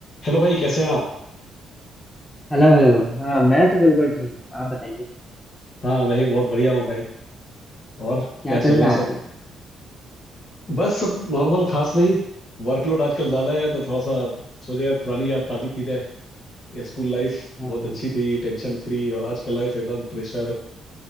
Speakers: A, on the left; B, on the left.
A: Hello भाई कैसे हैं आप
B: Hello hello हाँ मैं तो बिल्कुल ठीक हूँ आप बताइए
A: हाँ मैं ही बहुत बढ़िया हूँ भाई और
B: क्या
A: क्या
B: चल
A: चल रहा
B: रहा
A: है
B: है
A: सब
B: आजकल
A: बस सब नॉर्मल खास नहीं वर्कलोड आजकल ज्यादा है तो थोड़ा सा सोचे यार पुरानी याद ताजी की जाए ये स्कूल लाइफ
B: हाँ
A: बहुत अच्छी थी टेंशन फ्री और आज का लाइफ एकदम प्रेशर